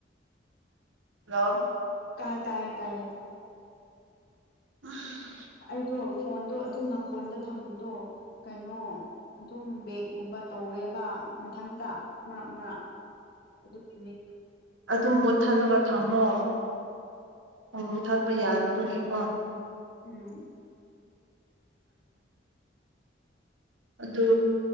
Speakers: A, on the right; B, on the left.
A: ꯍꯜꯂꯣ
B: ꯇꯥꯢꯌꯦ ꯇꯥꯢꯌꯦ ꯇꯥꯏꯌꯦ
A: ꯎꯝ
B: ꯑꯩꯗꯣ ꯐꯣꯟꯗꯣ ꯑꯗꯨꯝ ꯅꯥꯀꯣꯡꯗ ꯊꯝꯕꯗꯣ ꯀꯩꯅꯣ ꯑꯗꯨꯝ ꯕꯦꯛꯀꯨꯝꯕ ꯇꯧꯋꯦꯕ ꯃꯊꯟꯇ ꯃꯔꯛ ꯃꯔꯛ ꯑꯗꯨꯒꯤꯅꯤ
A: ꯑꯗꯨ ꯃꯨꯊꯠꯂꯒ ꯊꯝꯃꯣ ꯎꯝ ꯃꯨꯊꯠꯄ ꯌꯥꯗꯕꯒꯤꯀꯣ
B: ꯎꯝ
A: ꯑꯗꯨ